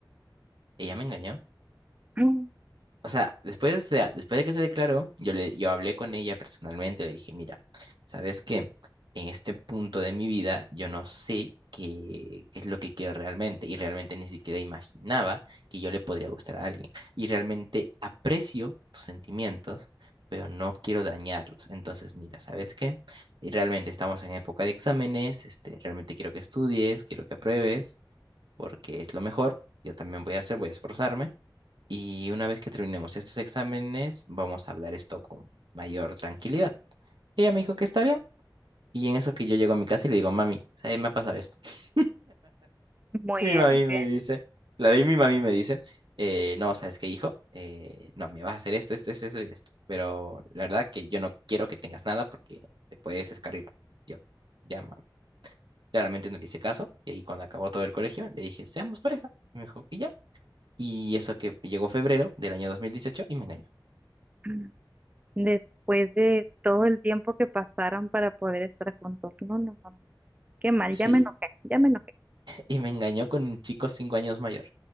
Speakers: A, on the right; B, on the right.
A: Ella me engañó.
B: Mm,
A: O sea, después de, después de que se declaró, yo le, yo hablé con ella personalmente, le dije, mira, ¿sabes qué? En este punto de mi vida, yo no sé qué, qué es lo que quiero realmente, y realmente ni siquiera imaginaba que yo le podría gustar a alguien. Y realmente aprecio tus sentimientos, pero no quiero dañarlos. Entonces, mira, ¿sabes qué? Y realmente estamos en época de exámenes, este, realmente quiero que estudies, quiero que apruebes, porque es lo mejor. Yo también voy a hacer, voy a esforzarme y una vez que terminemos estos exámenes, vamos a hablar esto con mayor tranquilidad. Y ella me dijo que está bien. Y en eso que yo llego a mi casa y le digo, mami, ¿sabes? Me ha pasado esto. <laughs>
B: Muy
A: Y mi
B: bien,
A: mami
B: muy
A: me
B: bien.
A: dice, claro, y mi mami me dice, eh, no, ¿sabes qué, hijo? Eh, no, me vas a hacer esto, esto, esto, esto y esto. Pero la verdad que yo no quiero que tengas nada porque te puedes descarrilar. Yo, ya, mami. Claramente no le hice caso. Y ahí cuando acabó todo el colegio, le dije, seamos pareja. Y me dijo, y ya. Y eso que llegó febrero del año 2018 y me engañó.
B: Mm. Después de todo el tiempo que pasaron para poder estar juntos. No, no, no, no. no. Qué mal,
A: Sí,
B: ya me enojé, ya me enojé.
A: y me engañó con un chico cinco años mayor.